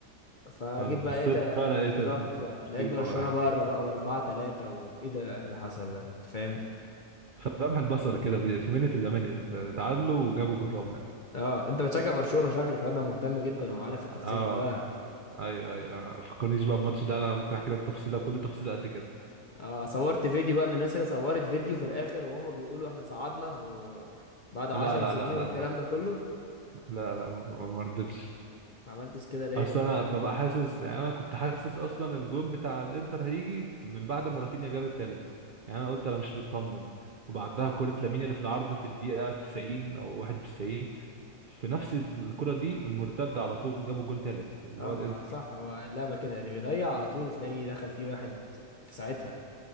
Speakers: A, on the right; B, on the left.
A: <laughs>
B: فجيت
A: فبصيت
B: بقى لقيت
A: بقى لقيت
B: بالظبط
A: المصيبة
B: بقى لقيت برشلونة
A: بقى
B: بره بقى واربعة تلاتة وايه ده إيه اللي حصل ده انت فاهم
A: فلمح البصر كده في في منت الا منت تعادلوا وجابوا جول رابع
B: اه انت بتشجع برشلونة شكلك انا مهتم جدا
A: اه
B: وعارف التفاصيل
A: آه.
B: كلها
A: ايوه ايوه آه. فكرنيش بقى الماتش ده انا ممكن احكي لك تفصيله كل تفصيله قد كده
B: اه صورت فيديو بقى من الناس اللي صورت فيديو في الاخر وهما بيقولوا احنا صعدنا وبعد عشر
A: لا لا
B: سنين
A: لا لا
B: والكلام ده كله
A: لا لا ما ما رضيتش
B: ما عملتش كده ليه
A: اصل
B: ده ده-
A: انا ببقى حاسس يعني انا كنت حاسس اصلا الجون بتاع الانتر هيجي من بعد ما رافينيا جاب التالت يعني انا قلت انا مش مطمن وبعدها كرة لامين اللي في العارضة في الدقيقة 90 او 91 في نفس الكرة دي المرتدة على طول جابوا جون تالت اللي
B: اما
A: هو الانتر
B: صح هو اللعبة كده اللي بيضيع على طول تلاقيه دخل فيه واحد في ساعتها